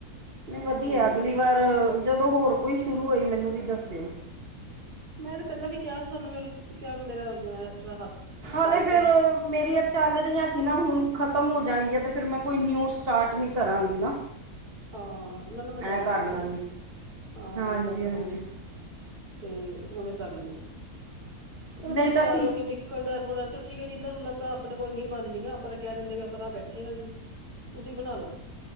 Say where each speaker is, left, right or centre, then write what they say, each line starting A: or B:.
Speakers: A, on the right; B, on the right.
A: ਨਈ ਵਧੀਆ
B: ਇਹ ਹੋ ਜਾਂਦਾ
A: ਅਗਲੀ ਵਾਰ ਜਦੋਂ ਹੋਰ ਕੋਈ ਸ਼ੁਰੂ ਹੋਈ ਮੈਨੂੰ ਵੀ ਦੱਸਿਓ।
B: ਮੈਂ ਤਾਂ ਪਹਿਲਾਂ ਵੀ ਕਿਹਾ ਸੀ ਤੁਹਾਨੂੰ ਵੀ ਤੁਸੀਂ ਕਿਹਿਆ ਮੇਰਾ ਥੋੜਾ ਹੱਥ
A: ਹਾਲੇ
B: ਟਾਈਟ
A: ਫਿਰ
B: ਹੈ
A: ਮੇਰੀਆਂ ਚੱਲ ਰਹੀਆਂ ਸੀ ਨਾ ਹੁਣ ਖਤਮ ਹੋ ਜਾਣਗੀਆਂ ਤੇ ਫਿਰ ਮੈਂ ਕੋਈ ਨਿਊ ਸਟਾਰਟ ਨੀ ਕਰਾਂਗੀ ਨਾ।
B: ਹਾਂ ਨਾ-ਨਾ ਮੈਂ ਦੱਸ
A: ਐਂ ਕਰ
B: ਦੂੰਗੀ,
A: ਲਾਂਗੀ
B: ਹਾਂ
A: ਹਾਂਜੀ
B: ਮੈਂ ਦੱਸ
A: ਹਾਂਜੀ
B: ਦੂੰਗੀ। ਤੇ ਉਵੇਂ ਕਰ ਲੀ ਓ, ਕਹਿਦਾ ਬੰਦਾ
A: ਨਹੀਂ ਤਾਂ
B: ਤਿਆਰ
A: ਅਸੀਂ
B: ਹੋ ਕੇ ਨ ਨਿਕੱਲ ਦਾ ਥੋੜਾ ਚੱਲ, ਠੀਕ ਐ ਰਲਾਂ- ਰੁਲਾਂ ਤਾਂ ਆਪਣੇ ਕੋਲ ਨਈ ਬਣਦੀਆਂ ਆਪਾਂ ਤਾਂ ਕਹਿ ਦਿੰਦੇ ਵੀ ਆਪਾਂ ਤਾਂ ਬੈਠੇ ਆ ਜੀ। ਤੁਸੀਂ ਬਣਾ ਲੋ।